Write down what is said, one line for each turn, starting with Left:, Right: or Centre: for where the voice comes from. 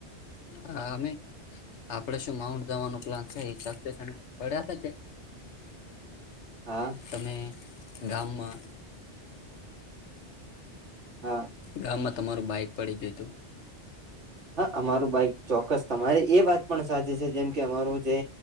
Left: હા અમે આપડે શું માઉન્ટ જવાનું પ્લાન, ને તો પડ્યા
Right: હા
Left: તમે, ગામમાં
Right: હા
Left: ગામમાં તમારું બાઈક પડી ગયું તું
Right: હા અમારું બાઈક ચોક્કસ તમારી, એ વાત પણ સાચી છે જેમ કે અમારું જે